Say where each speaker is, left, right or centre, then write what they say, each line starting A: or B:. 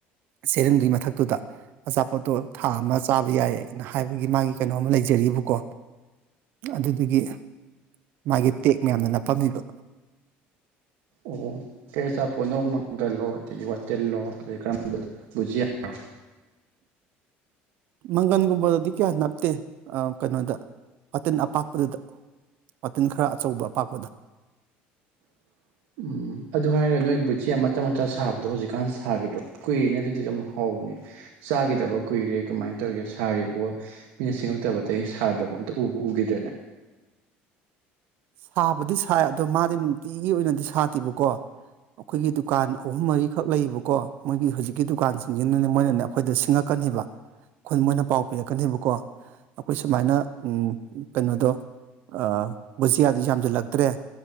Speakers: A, on the right; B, on the right.
A: ꯁꯥꯆꯦꯔꯡꯗꯨꯒꯤ ꯃꯊꯛꯇꯨꯗ ꯑꯆꯥꯄꯣꯠꯇꯣ ꯊꯥ ꯑꯃ ꯆꯥꯕ ꯌꯥꯏꯅ ꯍꯥꯏꯕꯒꯤ ꯃꯥꯒꯤ ꯀꯩꯅꯣ ꯑꯃ ꯂꯩꯖꯩ ꯖꯔꯤꯕꯀꯣ ꯑꯗꯨꯗꯨꯒꯤ ꯃꯥꯒꯤ ꯇꯦꯛ ꯃꯌꯥꯝꯗꯣ ꯅꯞꯄꯝꯃꯤꯕ
B: ꯑꯣ ꯀꯩ ꯑꯆꯥꯄꯣꯠꯅꯣ ꯃꯪꯒꯜꯂꯣ ꯑꯗꯒꯤ ꯋꯥꯇꯤꯜꯂꯣ ꯀꯩ ꯀꯔꯝꯕꯅꯣ ꯕꯨꯖꯤꯌꯥꯔꯣ <inaudible>
A: ꯃꯪꯒꯟꯒꯨꯝꯕꯗꯗꯤ ꯀꯌꯥ ꯅꯞꯇꯦ ꯑꯥ ꯀꯩꯅꯣꯗ ꯋꯥꯇꯤꯟ ꯑꯄꯥꯛꯄꯗꯨꯗ ꯋꯥꯇꯤꯟ ꯈꯔ ꯑꯆꯧꯕ ꯑꯄꯥꯛꯄꯗ
B: <inaudible> ꯎꯝ ꯑꯗꯨ ꯍꯥꯏꯔꯒ ꯅꯣꯏ ꯕꯨꯠꯖꯤꯌꯥ ꯃꯇꯥ ꯃꯇꯥ ꯁꯥꯕꯗꯣ ꯍꯧꯖꯤꯛꯀꯥꯟ ꯁꯥꯒꯤꯗ꯭ꯔꯕꯣ ꯀꯨꯏꯔꯦꯅ ꯑꯗꯨꯗꯣ ꯌꯥꯝ ꯍꯥꯎ ꯕꯅꯦ ꯆꯥꯒꯤꯗꯕ ꯀꯨꯏꯔꯦ ꯀꯃꯥꯏꯟ ꯇꯧꯔꯤꯒꯦ ꯁꯥꯔꯤꯕꯣ ꯃꯤꯅ ꯁꯤꯉꯛꯇꯕꯗꯒꯤ ꯁꯥꯗ꯭ꯔꯕꯣ ꯑꯗꯣ ꯎꯕꯨ ꯎꯒꯤꯗ꯭ꯔꯦꯅꯦ
A: ꯁꯥꯕꯗꯤ ꯁꯥꯏ ꯑꯗꯣ ꯃꯥꯗꯤ ꯅꯨꯡꯇꯤꯒꯤ ꯑꯣꯏꯅꯗꯤ ꯁꯥꯗꯦꯕꯀꯣ ꯑꯈꯣꯏꯒꯤ ꯗꯨꯀꯥꯟ ꯑꯍꯨꯝ ꯃꯔꯤꯈꯛ ꯂꯩꯌꯦꯕꯀꯣ ꯃꯣꯏꯒꯤ ꯍꯧꯖꯤꯛꯀꯤ ꯗꯨꯀꯥꯟꯁꯤꯡꯖꯤꯅꯅꯦ ꯃꯣꯏꯅꯅꯦ ꯑꯩꯈꯣꯏꯗ ꯁꯤꯡꯉꯛꯀ ꯅꯦꯕꯥ ꯈꯨꯏ ꯃꯣꯏꯅ ꯄꯥꯎ ꯄꯤꯔꯛꯀꯅꯦꯕꯀꯣ ꯑꯈꯣꯏ ꯁꯨꯃꯥꯏꯅ ꯎꯝ ꯀꯩꯅꯣꯗꯣ ꯑꯥ ꯕꯨꯖꯤꯌꯥꯗꯤ ꯌꯥꯝꯖꯤꯜꯂꯛꯇ꯭ꯔꯦ